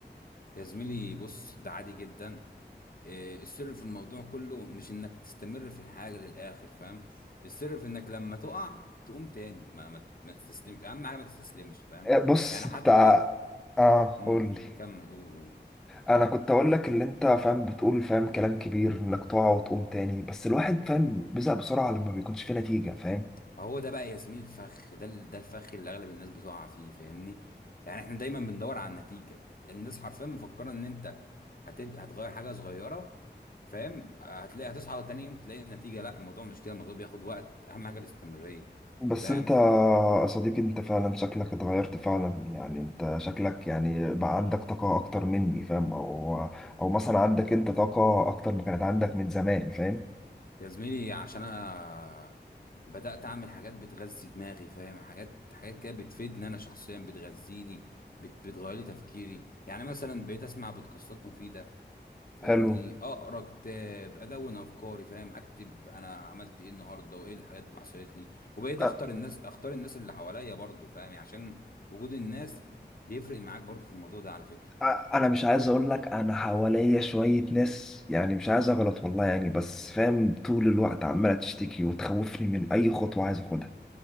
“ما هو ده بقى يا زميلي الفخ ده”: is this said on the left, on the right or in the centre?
Left